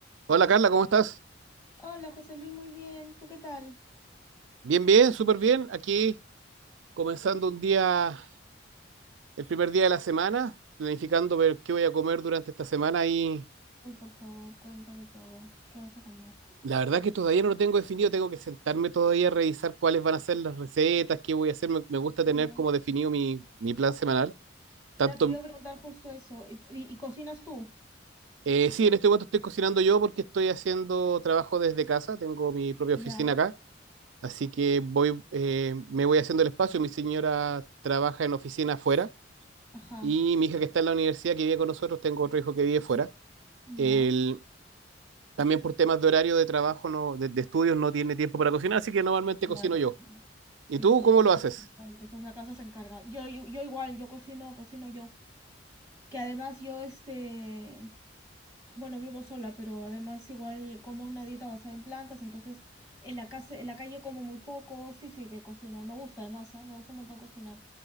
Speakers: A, on the right; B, on the left.
A: Hola Carla, ¿cómo estás?
B: Hola, José Luis, muy bien. ¿Tú qué tal?
A: Bien, bien, súper bien. Aquí comenzando un día, el primer día de la semana, planificando ver qué voy a comer durante esta semana y
B: Uy, por favor, cuéntame todo. ¿Qué vas a comer?
A: la verdad que todavía no lo tengo definido, tengo que sentarme todavía a revisar cuáles van a ser las recetas, qué voy a hacer. Me, me gusta tener
B: Ya.
A: como definido mi, mi plan semanal. Tanto,
B: Ya te iba a preguntar justo eso. ¿Y, y- y cocinas tú?
A: eh, sí, en este momento estoy cocinando yo porque estoy haciendo trabajo desde casa, tengo mi propia
B: Ya.
A: oficina acá, así que voy, eh, me voy haciendo el espacio. Mi señora trabaja en oficina afuera.
B: Ajá.
A: Y mi hija que está en la universidad, que vive con nosotros, tengo otro hijo que vive fuera.
B: Ya.
A: Él, también por temas de horario de trabajo, no, de, de estudios, no tiene tiempo para cocinar, así que normalmente
B: Claro,
A: cocino yo.
B: claro. Sí,
A: ¿Y tú
B: sí,
A: cómo
B: el que
A: lo
B: está
A: haces?
B: en la casa, el que está en la casa se encarga. Yo, yo, yo igual, yo cocino, cocino yo. Que además yo, este, bueno, vivo sola, pero además igual como una dieta basada en plantas, entonces en la casa, en la calle como muy poco. Sí, sí, que cocino. Me gusta además, ¿ah? Me gusta un montón cocinar.